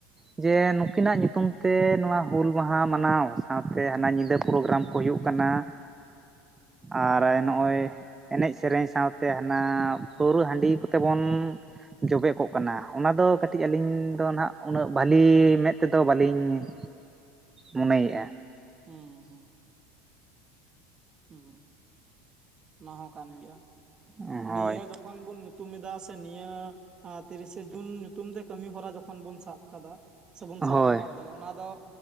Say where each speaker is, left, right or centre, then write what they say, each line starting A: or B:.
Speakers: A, on the right; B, on the right.
A: ᱡᱮ ᱱᱩᱠᱤᱱᱟᱜ ᱧᱩᱛᱩᱢ ᱛᱮ ᱱᱚᱣᱟ ᱦᱩᱞ ᱢᱟᱦᱟ ᱢᱟᱱᱟᱣ, ᱥᱟᱶᱛᱮ ᱦᱟᱱᱟ ᱧᱤᱫᱟᱹ ᱯᱨᱳᱜᱨᱟᱢ ᱦᱩᱭᱩᱜ ᱠᱟᱱᱟ᱾ ᱟᱨ ᱱᱚᱜᱼᱚᱭ ᱮᱱᱮᱡ ᱥᱮᱨᱮᱧ ᱥᱟᱶᱛᱮ ᱦᱟᱱᱟ ᱯᱟᱹᱣᱟᱹ, ᱦᱟᱺᱰᱤ ᱠᱚᱛᱮ ᱵᱚᱱ ᱡᱚᱵᱮ ᱠᱚᱜ ᱠᱟᱱᱟ᱾ ᱚᱱᱟ ᱫᱚ ᱠᱟᱹᱴᱤᱡ ᱟᱹᱞᱤᱧ ᱫᱚ ᱱᱟᱦᱟᱜ ᱩᱱᱟᱹᱜ ᱵᱟᱹᱞᱤ ᱢᱮᱫ ᱛᱮᱫᱚ ᱵᱟᱹᱞᱤᱧ ᱢᱚᱱᱮᱭᱮᱫ-ᱟ᱾
B: ᱦᱩᱸ ᱦᱩᱸ᱾ ᱦᱩᱸ ᱚᱱᱟ ᱦᱚᱸ ᱠᱟᱱ ᱜᱮᱭᱟ
A: ᱦᱳᱭ
B: ᱱᱤᱭᱟᱹ ᱡᱚᱠᱷᱚᱱ ᱵᱚᱱ ᱧᱩᱛᱩᱢ ᱮᱫᱟ ᱥᱮ ᱱᱤᱭᱟᱹ ᱛᱤᱨᱤᱥᱮ ᱡᱩᱱ ᱧᱩᱛᱩᱢ ᱛᱮ ᱠᱟᱹᱢᱤ ᱦᱚᱨᱟ ᱡᱚᱠᱷᱚᱱ ᱵᱩᱱ ᱥᱟᱵ ᱟᱠᱟᱫᱟ᱾ ᱥᱮᱵᱚᱱ
A: ᱦᱳᱭ
B: ᱥᱟᱵ ᱨᱟᱠᱟᱵ ᱮᱫᱟ᱾ ᱚᱱᱟ ᱫᱚ